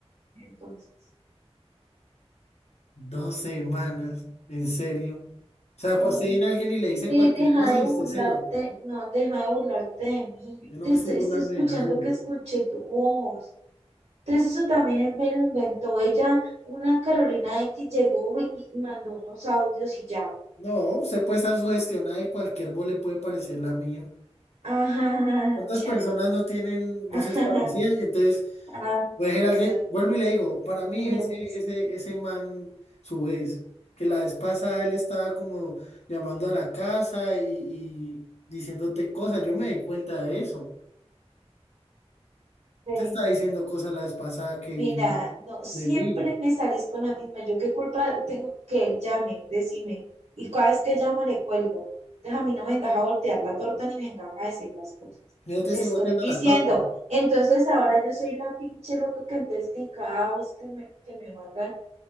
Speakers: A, on the right (about 85°); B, on the left (about 75°).
A: Entonces,
B: Dos semanas, en serio. O sea,
A: Ay,
B: pa- usted viene a alguien y le dice
A: Eh,
B: cualquier
A: deja
B: cosa
A: de
B: y
A: burlarte,
B: usted se lo.
A: no, deja de burlarte de mí. Yo
B: Yo no
A: Te
B: me
A: estoy,
B: estoy burlando
A: estoy escuchando
B: de nadie.
A: que escuché tu voz. Entonces eso también me lo inventó ella, una Carolina X llegó y, y mandó unos audios y ya.
B: No, usted puede estar sugestionada y cualquier voz le puede parecer la mía.
A: <laughs> Ajá,
B: ¿Cuántas
A: ya,
B: personas no tienen
A: ajá,
B: voces parecidas? Y entonces,
A: ah,
B: voy a decir a alguien,
A: ya.
B: vuelvo y le digo, para mí
A: <laughs>
B: ese, ese, ese man, su vez, que la vez pasada él estaba como llamando a la casa y, y diciéndote cosas, yo me di cuenta de eso.
A: Sí.
B: Te estaba diciendo cosas la vez pasada que
A: Mira,
B: yo no,
A: no, siempre
B: de mí.
A: me salís con la misma. ¿Yo qué culpa tengo que él llame? Decime. Y cada vez que llamo le cuelgo. Entonces a mí no me encaja voltear la torta ni me encaja decir las cosas.
B: Yo no te
A: Te
B: estoy
A: estoy
B: volteando
A: diciendo.
B: la torta.
A: Entonces ahora yo soy la pinche loca que entonces que en cada voz que me, que me mandan,